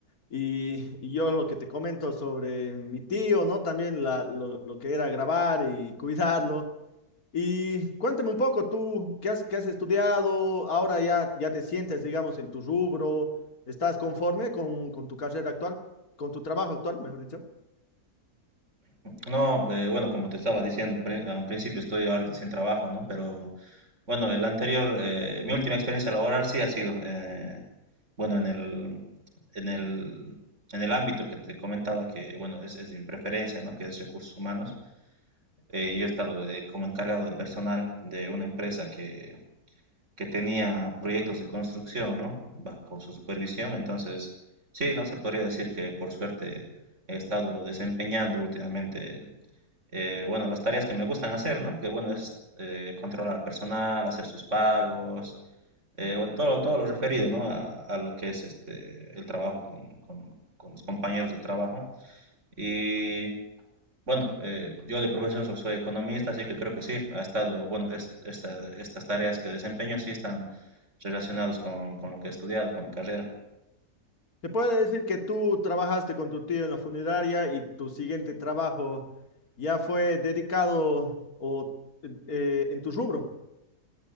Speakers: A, on the left; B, on the right.
A: y, y yo lo que te comento sobre mi tío, ¿no? También la- lo, lo que era grabar y cuidarlo. Y cuéntame un poco, tú, ¿qué has, qué has estudiado? Ahora ya, ya te sientes, digamos, en tu rubro, ¿estás conforme con, con tu carrera actual, con tu trabajo actual, mejor dicho?
B: No, eh, bueno, como te estaba diciendo, pre- a un principio estoy ahorita sin trabajo, ¿no? Pero bueno, el anterior, eh, mi última experiencia laboral sí ha sido, eh, bueno, en el, en el, en el ámbito que te comentaba que, bueno, es, es de mi preferencia, ¿no? Que es recursos humanos. Eh, yo he estado de- como encargado de personal de una empresa que, que tenía proyectos de construcción, ¿no? Bajo su supervisión. Entonces, sí, no se podría decir que por suerte he estado desempeñando últimamente eh, bueno, las tareas que me gustan hacer, ¿no? Que bueno, es eh, controlar al personal, hacer sus pagos, eh, bueno, todo, todo lo referido, ¿no? A, a lo que es este, el trabajo con, con- con los compañeros de trabajo. Y bueno, eh, yo de profesión so- soy economista, así que creo que sí, ha estado, bueno, es- esta- estas tareas que desempeño sí están relacionadas con, con lo que he estudiado, con mi carrera.
A: ¿Se puede decir que tú trabajaste con tu tío en la funeraria y tu siguiente trabajo ya fue dedicado o, eh, en tu rubro?